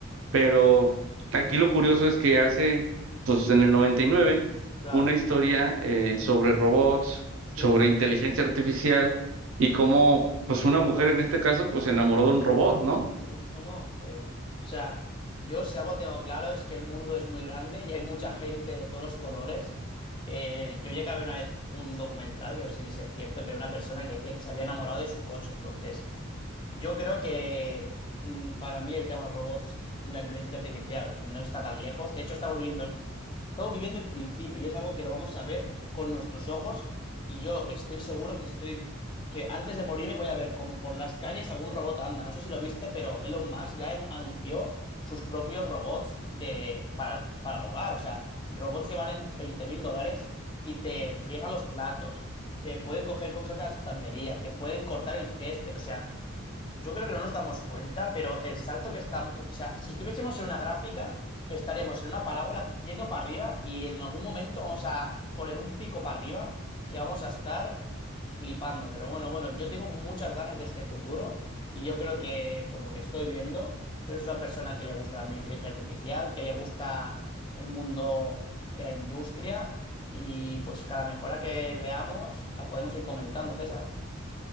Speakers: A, on the right; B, on the left.
A: Pero aquí lo curioso es que hace, pues en el 99,
B: Claro.
A: una historia eh, sobre robots,
B: Sí,
A: sobre
B: sí.
A: inteligencia artificial y cómo, pues una
B: ¿Cómo
A: mujer
B: lo freno?
A: en este caso, pues se enamoró de un robot, ¿no?
B: Sí, sí. No, no, que. O sea, yo si algo tengo claro es que el mundo es muy grande y hay mucha gente de todos los colores. Eh, yo llegué a ver una vez un documental, que no sé ni si es cierto, pero una persona que decía que se había enamorado de su coche. Entonces, yo creo que mm, para mí el tema de los robots y la inteligencia artificial no está tan lejos. De hecho, estamos viviendo Estamos viviendo el principio y es algo que lo vamos a ver con nuestros ojos y yo estoy seguro que estoy, que antes de morirme voy a ver como por las calles algún robot anda. No sé si lo viste, pero Elon Musk ya anu- anunció sus propios robots de, para el, para el hogar. O sea, robots que valen veinte mil dólares y te friegan los platos, te pueden coger cosas de las estanterías, te pueden cortar el césped. O sea, yo creo que no nos damos cuenta, pero el salto que está... O sea, si estuviésemos en una gráfica estaríamos en una parábola que- yendo para arriba y en algún momento vamos a poner un pico para arriba que vamos a estar flipando. Pero bueno, bueno, yo tengo muchas ganas de este futuro y yo creo que por lo que estoy viendo, tú eres una persona que le gusta también la inteligencia artificial, que le gusta el mundo de la industria y pues cada mejora que veamos la podemos ir comentando, César.